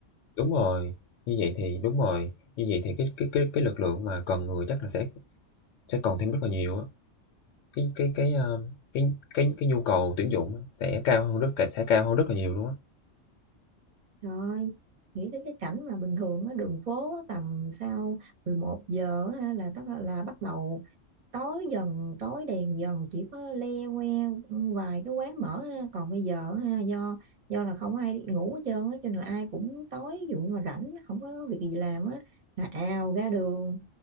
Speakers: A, on the left; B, on the right.
A: Đúng rồi, như vậy thì đúng rồi, như vậy thì cái cái cái cái lực lượng mà cần người chắc là sẽ sẽ còn thêm rất là nhiều á. Cái cái cái, a, cái cái cái nhu cầu tuyển dụng á sẽ cao hơn rất sẽ cao hơn rất là nhiều luôn á.
B: trời ơi nghĩ đến cái cảnh mà bình thường á đường phố á, tầm sau 11 giờ á, là tất là bắt đầu tối dần tối đèn dần chỉ có le que ừ, vài cái quán mở ha. còn bây giờ ha, do do là không ai ngủ hết trơn á cho nên là ai cũng tối ví dụ như mà rảnh không có việc gì làm á là ào ra đường